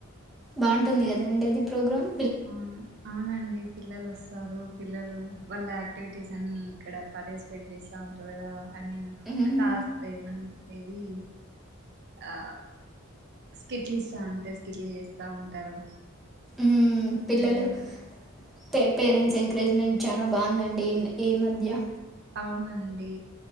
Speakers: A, in the centre; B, on the right.
A: బాగుంటుంది కదా అండి అది ప్రోగ్రామ్
B: అవునా అవునండి పిల్లలు వస్తారు పిల్లలు వాళ్ళ యాక్టివిటీస్ అన్ని ఇక్కడ <unintelligible> వెయిట్ చేస్తా ఉంటారు కదా ఐ మీన్
A: మ్మ్
B: తాజ ఏ మ ఏది ఆ స్కిట్లు ఇస్తా అంటే స్కిట్లు చేస్తా ఉంటారు
A: మ్మ్ పిల్లలు
B: మ్మ్
A: పే పేరెంట్స్ క్రేజ్మెంట్ చానా బాగుందండి ఈ మధ్య
B: అవునండి